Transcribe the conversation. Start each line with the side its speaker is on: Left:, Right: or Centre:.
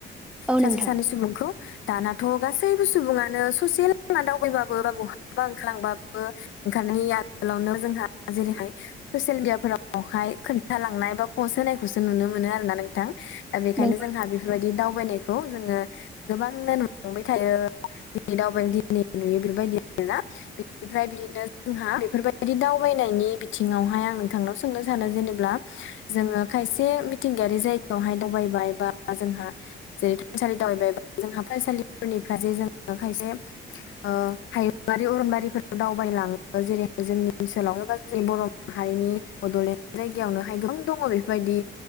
Centre: औ
Left: सासे
Centre: नोंथां
Left: सानै सुबुंखौ दानाथ' गासैबो सुबुङानो ससेेल लामा दावबायबाबो बा बहाबा ओंखारलांबाबो ओंखायनो आगोलावनो जोंहा जेरैहाय ससियेल मिडिया फोरावहाय खोन्थालांनाय बा पस्ट होनायखौसो नुनो मोनो आरो ना नोंथां। दा बेखायनो
Centre: नों
Left: जोंहा बेफोरबायदि दावबायनायखौ जोङो गोबांनो नुलांबाय थायो। दिनै दावबाय दिनै नुयो बेबायदि आरोना। बिनिफ्राय बिदिनो जोंहा बेफोरबायदि दावबायनायनि बिथिङावहाय आं नोंथांनाव सोंनो सानो जेनेब्ला जोङो खायसे मिथिंगायारि जायगायावहाय दावबायबाय बा जोंहा जेरै थानसालि दावबाया जोंहा फरायसालि जे जोङो खायसे ओ हायुंआरि अरनबारिफोरखौ दावबायलाङो जेरैहाय जोंनि ओनसोलावनो जों बर' माहारिनि बड'लेण्ड जायगायावनोहाय गोबां दङ बेफोरबायदि